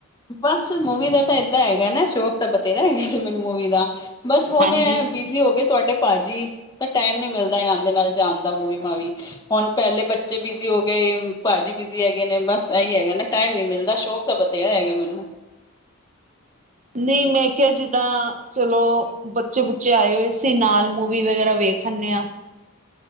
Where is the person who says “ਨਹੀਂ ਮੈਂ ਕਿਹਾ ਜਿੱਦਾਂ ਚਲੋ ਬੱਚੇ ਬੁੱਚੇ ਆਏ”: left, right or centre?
Right